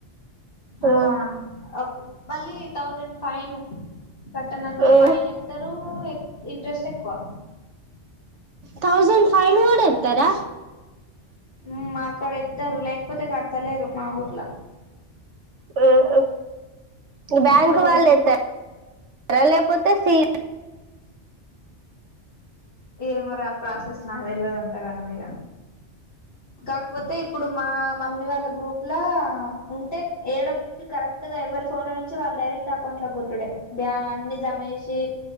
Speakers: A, on the right; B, on the left.
A: మ్మ్
B: ఆ ఒక్ మళ్ళీ థౌజండ్ ఫైన్ కట్టనందుకు
A: మ్మ్
B: ఫైన్ ఎత్తరు ఎ ఇంట్రెస్ట్ ఎక్కువ
A: థౌసండ్ ఫైవ్న్ కూడా ఎత్తరా
B: ఉం మాకడ ఎత్తరు లేకపోతే కడతలేరు మా ఊర్లా
A: రు హా బ్యాంక్
B: ఇప్పుడు
A: వాళ్ళు ఎత్తరా లేకపోతే సి
B: ఏమొరా ప్రాసెస్ నాకు తెలివది అంతగానం ఇగ కాకపోతే ఇప్పుడు మా మమ్మీ వాళ్ళ గ్రూప్ ల ఉంటే ఏడో కరెక్ట్ గా ఎవరి ఫోన్ ల నుంచి వాళ్ళు డైరెక్ అ కౌంట్ లకు కొట్టుడే బ్యా అన్ని జమ చేేసి